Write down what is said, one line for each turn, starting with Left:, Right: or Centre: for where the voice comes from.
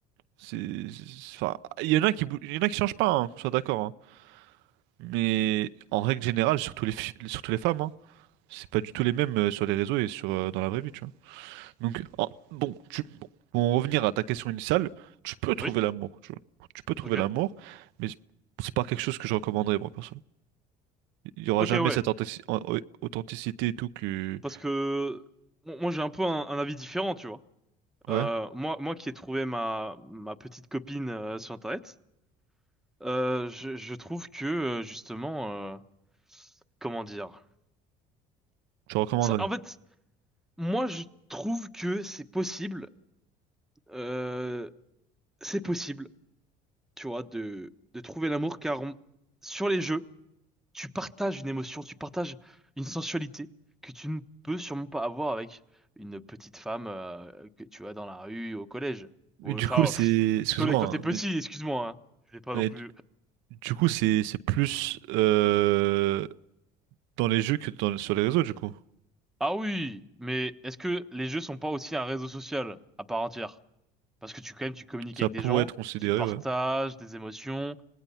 Right: C'est, c'est- enfin, il y en a qui, bou- il y en a qui changent pas, hein, qu'on soit d'accord, hein. Mais en règle générale, surtout les, fi- surtout les femmes, hein, c'est pas du tout les mêmes euh, sur les réseaux et sur, euh, dans la vraie vie, tu vois. Donc, en- bon, tu, bon, pour en revenir à ta question initiale, tu peux trouver
Centre: Oui,
Right: l'amour, tu vois. Tu peux trouver
Centre: ok.
Right: l'amour, mais c'est pas quelque chose que je recommanderais, moi, personne. Il y aura
Centre: Ok,
Right: jamais
Centre: ouais.
Right: cette authentici- au- authenticité et tout que,
Centre: Parce que mo- moi, j'ai un peu un, un avis différent, tu vois.
Right: ouais,
Centre: Euh, moi, moi qui ai trouvé ma, ma petite copine euh, sur Internet, euh, je, je trouve que, euh, justement, euh, comment dire...
Right: je recommanderais.
Centre: Ça- en fait, moi, je trouve que c'est possible. euh, c'est possible, tu vois, de, de trouver l'amour, car on- sur les jeux... tu partages une émotion, tu partages une sensualité que tu ne peux sûrement pas avoir avec une petite femme euh, que tu as dans la rue, au collège.
Right: Mais
Centre: Ou,
Right: Du
Centre: enfin,
Right: coup, c'est...
Centre: euh, pff,
Right: Excuse-moi,
Centre: collège quand t'es
Right: hein,
Centre: petit,
Right: mais,
Centre: excuse-moi, hein. Je l'ai pas
Right: mais
Centre: non plus.
Right: du coup, c'est c'est plus euh, dans les jeux que dans, sur les réseaux, du coup.
Centre: Ah oui, mais est-ce que les jeux sont pas aussi un réseau social à part entière? Parce que tu, quand même, tu communiques
Right: Ça
Centre: avec
Right: pourrait
Centre: des gens,
Right: être considéré,
Centre: tu partages
Right: ouais.
Centre: des émotions,